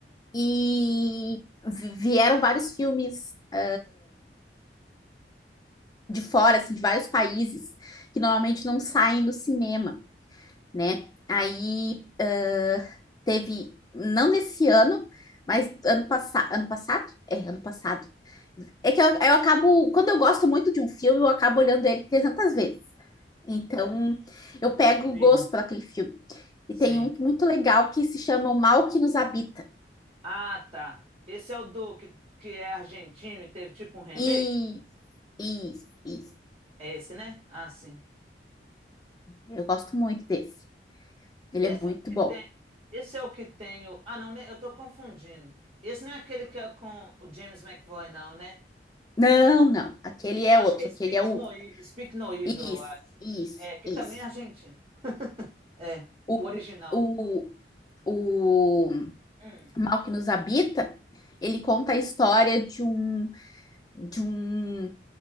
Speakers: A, on the left; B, on the right.
A: e vi- vieram vários filmes ah, de fora, assim, de vários países, que normalmente não saem no cinema, né? Aí ah, teve, não desse ano, mas ano passado, ano passado? É, ano passado. É que eu, eu acabo, quando eu gosto muito de um filme, eu acabo olhando ele 300 vezes. Então, eu pego o
B: Sim.
A: gosto por aquele filme.
B: sim.
A: E tem um muito legal que se chama O Mal que Nos Habita.
B: Ah, tá. Esse é o do que, que é argentino e teve tipo um remake?
A: E, e, e
B: É esse, né? Ah, sim.
A: eu gosto muito desse. Ele
B: Esse
A: é muito
B: é o que
A: bom.
B: tem. Esse é o que tem o... Ah, não, né? Eu tô confundindo. Esse não é aquele que é com o James McAvoy, não, né?
A: Não, não. Aquele
B: Esse
A: é
B: eu acho
A: outro.
B: que é Speak
A: Aquele é o.
B: No, E- Speak No Evil,
A: Isso,
B: eu acho.
A: isso,
B: É, que
A: isso.
B: também é argentino. É,
A: O,
B: o original.
A: o, o
B: Hum.
A: Mal que Nos Habita, ele conta a história de um, de um